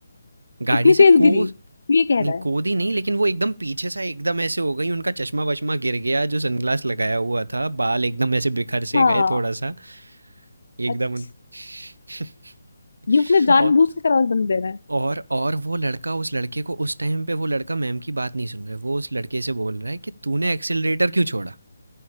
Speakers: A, on the right; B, on the left.
A: गाड़ी
B: इतनी
A: से
B: तेज
A: को
B: गिरी तो ये कह
A: नहीं
B: रहा है
A: कूदी नहीं लेकिन वो एकदम पीछे सा एकदम ऐसे हो गई उनका चश्मा वश्मा गिर गया जो सनग्लास लगाया हुआ था बाल एकदम ऐसे बिखर से
B: हाँ
A: गए थोड़ा सा एकदम
B: अच्छा
A: उन... <laughs>
B: ये उसने जानबूझ
A: और
B: के करारा बंद दे रहा
A: और और वो लड़का उस लड़के को उस टाइम पे वो लड़का मैम की बात नहीं सुन रहा है वो उस लड़के से बोल रहा है कि तूने एक्सिलरेटर क्यों छोड़ा